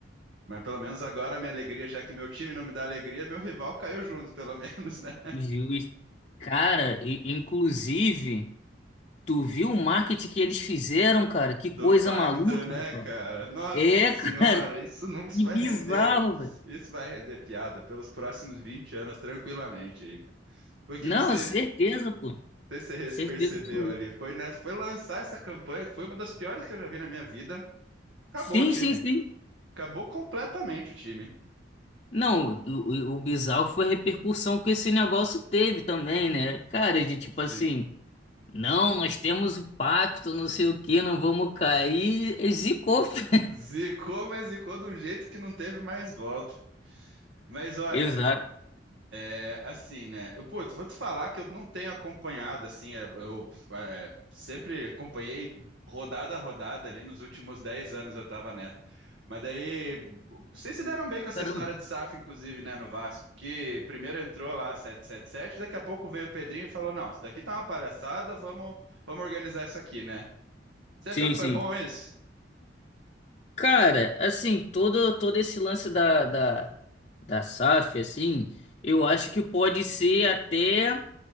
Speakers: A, on the right; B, on the left.
A: Mas pelo menos agora a minha alegria, já que meu time não me dá alegria, meu rival caiu junto, pelo <laughs> menos, né?
B: Justo. Cara, e, inclusive, Tu viu o marketing que eles fizeram, cara? Que coisa
A: Do pacto,
B: maluca,
A: né,
B: pô.
A: cara? Nossa
B: É,
A: senhora,
B: <laughs> cara,
A: isso não isso
B: que
A: vai
B: bizarro,
A: render.
B: velho.
A: Isso vai render piada pelos próximos 20 anos, tranquilamente aí, cara. Porque
B: Não,
A: não sei,
B: certeza, pô.
A: não sei se
B: Certeza
A: você percebeu
B: absoluta.
A: ali, foi, né, foi lançar essa campanha, que foi uma das piores que eu já vi na minha vida. Acabou
B: Sim,
A: o time.
B: sim, sim.
A: Acabou completamente o time.
B: Não, o, o o bizarro foi a repercussão que esse negócio teve também, né? Cara, de
A: Sim.
B: tipo assim, não, nós temos o pacto, não sei o que não vamos cair. Zicou. <laughs> filho.
A: Zicou, mas zicou de um jeito que não teve mais volta. Mas olha,
B: Exato.
A: É, Assim, né? Eu, pô, vou te falar que eu não tenho acompanhado, assim, é, eu é, sempre acompanhei rodada a rodada ali nos últimos 10 anos eu tava nessa. Mas daí, vocês se deram bem com essa
B: Caramba.
A: história de SAF, inclusive, né, no Vasco, porque primeiro entrou lá 777 daqui a pouco veio o Pedrinho e falou, não, isso daqui tá uma palhaçada, vamos, vamos organizar isso aqui, né? Você achou
B: Sim,
A: que foi
B: sim.
A: bom isso?
B: Cara, assim, todo, todo esse lance da, da, da SAF, assim, eu acho que pode ser até